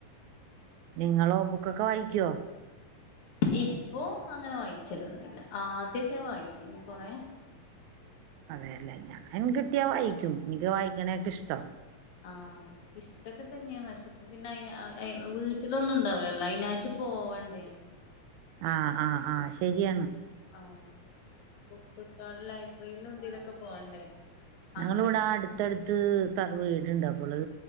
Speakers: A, on the right; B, on the left.
A: നിങ്ങളോ ബുക്ക് ഒക്കെ വായിക്കുവോ?
B: ഇപ്പോ അങ്ങനെ വായിച്ചിരുന്നില്ല, ആദ്യോക്കേ വായിച്ചിരുന്നു കൊറേ
A: അതെ അല്ലേ ഞ ൻ കിട്ടിയ വായിക്കും എനിക്ക്. വായിക്കണയക്കെ ഇഷ്ടവാ
B: ആഹ് ഇഷ്ടൊക്കെ തന്നെയാണ് പക്ഷെ അപ്പൊ പിന്നെ ആയി അ വീട്ടിലൊന്നുണ്ടാവില്ലൊ അയിനായിട്ട് പോവണ്ടേ.
A: ആ ആ ആ ശരിയാണ്
B: ആഹ് ബുക്ക് സ്റ്റാളില്, ലൈബ്രറില് എന്തെലുവൊക്കെ പോവണ്ടേ അങ്ങനെ
A: ഞങ്ങളിവിടെ അടുത്തടുത്ത് ത വീടുണ്ട് അപ്പള്,